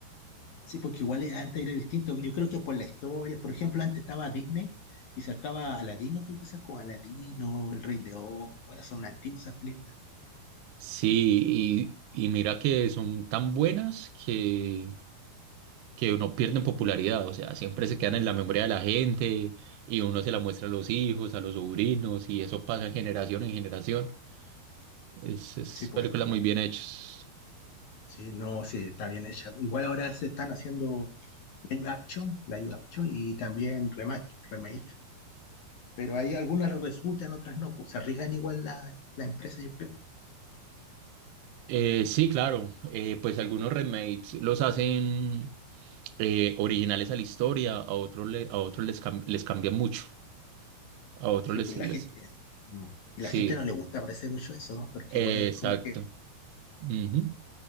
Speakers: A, on the left; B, on the right.
A: Sí, porque igual eh, antes era distinto. Yo creo que por la historia, por ejemplo, antes estaba Disney y sacaba Aladino, creo que sacó Aladino, El Rey León. Bueno, son antiguas esas películas.
B: Sí, y, y mira que son tan buenas que, que no pierden popularidad. O sea, siempre se quedan
A: Mm,
B: en la memoria de la gente y uno se la muestra a los hijos, a los sobrinos y eso pasa en generación en generación. Es, es
A: Sí, pues
B: películas
A: es verdad.
B: muy bien hechas.
A: Sí, no, sí, está bien hecha. Igual ahora se están haciendo live action, live action y también remake, remake. Pero hay algunas resultan, otras no. Pues se arriesgan igual la, la empresa, yo creo.
B: Eh, sí, claro. eh, pues algunos remakes los hacen eh, originales a la historia, a otros, le- a otros les, cam- les cambia mucho. A otros
A: Sí,
B: les...
A: pues
B: les-
A: y la gente. mm, Y
B: sí,
A: la gente no le gusta parece mucho eso, ¿no? Porque
B: eh,
A: igual
B: exacto.
A: como que
B: Ujú.